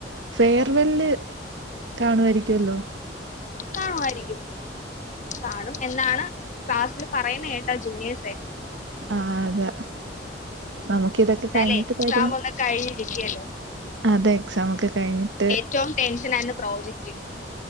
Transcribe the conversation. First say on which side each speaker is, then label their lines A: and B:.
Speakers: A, on the right; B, on the left.
A: ഫെയർവെല് കാണുമായിരിക്കുമല്ലോ
B: കാണുമായിരിക്കും കാണും എന്നാണ് ക്ലാസ്സില് പറയുന്ന കേട്ടാ ജൂനിയേഴസെ
A: ആ അതാ നമുക്ക് ഇതൊക്കെ
B: എന്തായാലും
A: കഴിഞ്ഞിട്ട്
B: എക്സാം
A: തരും
B: ഒന്ന് കഴിഞ്ഞ് കിട്ടിയല്ലോ
A: അതെ എക്സാം ഒക്കെ കഴിഞ്ഞിട്ട്
B: ഏറ്റവും ടെൻഷൻ ആയിരുന്നു പ്രോജക്റ്റ്